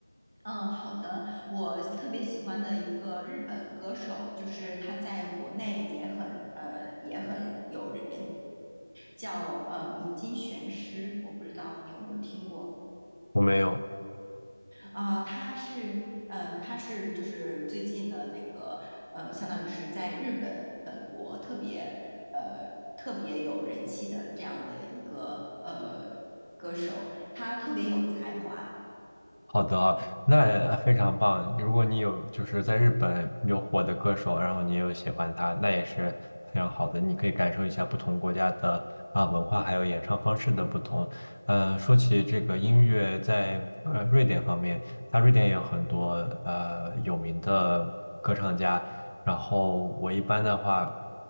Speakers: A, on the right; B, on the left.
A: 嗯，好的。我特别喜欢的一个日本歌手，就是他在国内也很呃也很有人，叫呃米津玄师，我不知道你有没有听过。
B: 我没有。
A: 啊，他是，呃，他是就是最近的那个，呃，相当于是在日本本国特别，呃，特别有人气的这样的一个呃歌手，他特别有才华。
B: 好的啊，那呃非常棒。如果你有就是在日本有火的歌手，然后你有喜欢他，那也是非常好的。你可以感受一下不同国家的啊文化，还有演唱方式的不同。呃，说起这个音乐，在呃瑞典方面，它瑞典也有很多呃有名的歌唱家。然后我一般的话。